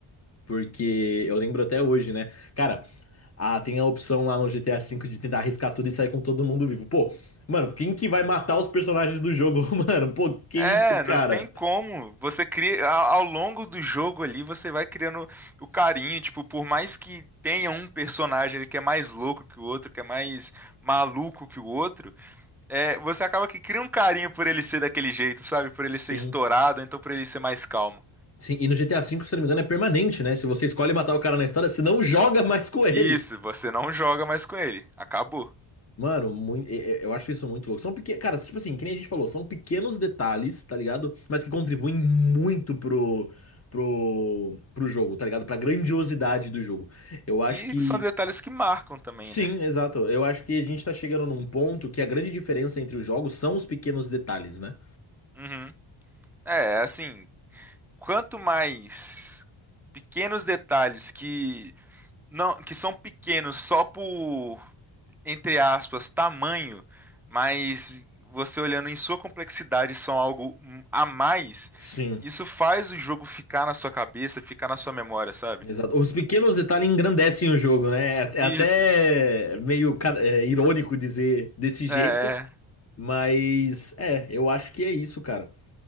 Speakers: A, on the left (about 30°); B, in the centre.
A: Porque eu lembro até hoje, né? Cara, ah, tem a opção lá no GTA V de tentar arriscar tudo e sair com todo mundo vivo. Pô, mano, quem que vai matar os personagens do jogo, <laughs> mano? Pô, que
B: É,
A: isso, cara?
B: não tem como. Você cria ao, ao longo do jogo ali, você vai criando o carinho, tipo, por mais que tenha um personagem ali que é mais louco que o outro, que é mais maluco que o outro, é, você acaba que cria um carinho por ele ser daquele jeito, sabe? Por ele
A: Sim.
B: ser estourado, ou então por ele ser mais calmo.
A: Sim, e no GTA V, se eu não me engano, é permanente, né? Se você escolhe matar o cara na história, você não joga mais com ele.
B: Isso, você não joga mais com ele. Acabou.
A: Mano, mui- e- e- eu acho isso muito louco. São pequenos. Cara, tipo assim, que nem a gente falou, são pequenos detalhes, tá ligado? Mas que contribuem muito pro, pro, pro jogo, tá ligado? Pra grandiosidade do jogo. Eu acho
B: E
A: que.
B: são detalhes que marcam também,
A: Sim,
B: né?
A: exato. Eu acho que a gente tá chegando num ponto que a grande diferença entre os jogos são os pequenos detalhes, né?
B: Uhum. É, assim, quanto mais pequenos detalhes que não, que são pequenos só por, entre aspas, tamanho, mas você olhando em sua complexidade são algo hum, a mais,
A: Sim.
B: isso faz o jogo ficar na sua cabeça, ficar na sua memória, sabe?
A: Exato. Os pequenos detalhes engrandecem o jogo, né? É
B: Isso.
A: até meio ca- é, irônico dizer desse jeito,
B: É, é.
A: mas é, eu acho que é isso, cara.